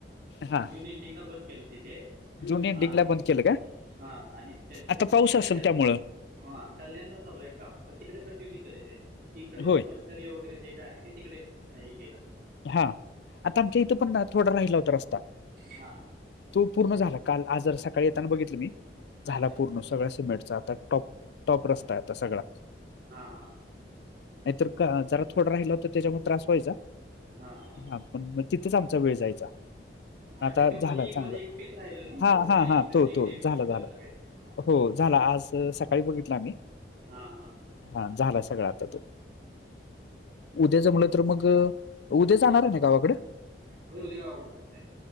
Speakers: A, on the left; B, on the right.
A: हां.
B: जून एंडिंगला बंद केलं तिथे
A: जून एंडिंगला
B: आणि,
A: बंद केलं का?
B: हा आणि त्यांचं
A: आता
B: काम
A: पाऊस
B: कल्याण
A: असेल त्यामुळं?
B: हा कल्याणला चालू आहे काम पण तिकडे कंटिन्यू केलंय त्यांनी तिकडेच
A: होय.
B: मशन वगैरे जे आहे ते तिकडे केल.
A: हा आता आमच्या इथू पण थोडा राहिला होता रस्ता.
B: हां
A: तो पूर्ण झाला काल आज जरा सकाळी येताना बघितलं मी. झाला
B: अच्छा
A: पूर्ण सगळ्या सिमेंटचा आता टॉप टॉप रस्ता आता सगळा.
B: हा हा हा..
A: नाहीतर क जरा थोडं राहिला तर त्याच्यामुळे त्रास व्हायचा.
B: हां हां
A: हा पण मग तिथेच आमचा वेळ जायचा. आता
B: अच्छा त्यो
A: झाला
B: मधी
A: चांगला
B: मध्ये एक पीस राहिलेला ना
A: हा
B: तो
A: हा
B: एक
A: हा तो तो
B: दीड
A: झाला
B: किलोमीटरचा
A: झाला
B: काहीत.
A: हो झाला आज सकाळी बघितला आम्ही
B: हा हा
A: हा झाला सगळा आता तो उद्या जमलं तर मग उद्या जाणारेना गावाकड
B: होय उद्या गावाकड जाणारय.